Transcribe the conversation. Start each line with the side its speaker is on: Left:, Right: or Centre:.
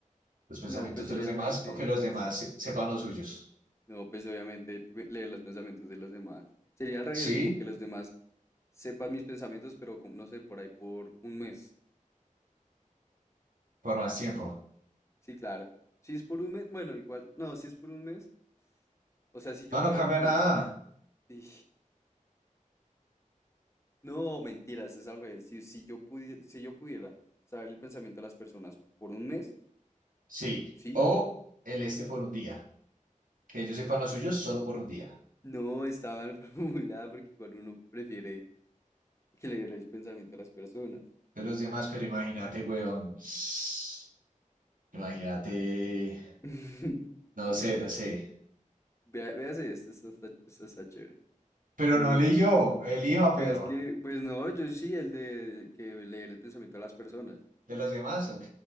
Right: los pensamientos
Left: No, pues
Right: de
Left: obviamente
Right: los demás o que los demás
Left: es...
Right: se- sepan los suyos.
Left: No, pues obviamente pe- leer los pensamientos de los demás. Sería al revés,
Right: Sí,
Left: como que los demás sepan mis pensamientos, pero como, no sé, por ahí por un mes.
Right: por más tiempo.
Left: Sí, claro. Si es por un mes, bueno, igual, no, si es por un mes, o sea, si yo
Right: No,
Left: pueda,
Right: no cambia
Left: no,
Right: nada.
Left: si Sí. No, mentiras, es al revés. Si, si yo pudiera, si yo pudiera saber el pensamiento de las personas por un mes,
Right: Sí.
Left: ¿sí?
Right: O el este por un día. Que ellos sepan los suyos solo por un día.
Left: No, está mal <laughs> formulada porque igual uno prefiere que leer el pensamiento de las personas.
Right: De los demás, pero imagínate, weón. <sighs> Imagínate.
Left: <laughs>
Right: No sé, no sé.
Left: Vea, véase esto, esto está, esto está chévere.
Right: Pero
Left: Mm,
Right: no eligió, elija perro.
Left: pero es que, pues no, yo sí, el de que leer el pensamiento de las personas.
Right: De los demás, ok.